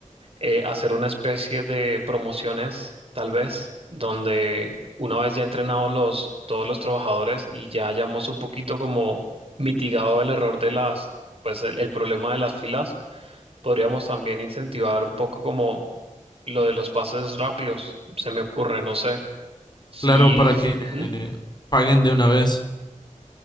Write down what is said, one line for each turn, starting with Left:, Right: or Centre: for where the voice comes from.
Right: eh, hacer una especie de promociones, tal vez, donde una vez ya entrenados los, todos los trabajadores y ya hayamos un poquito como mitigado el error de las, pues el el problema de las filas Podríamos también incentivar un poco como lo de los pases rápidos, se me ocurre, no sé. Sí,
Left: Claro, para que
Right: ujú,
Left: eh, paguen de una vez.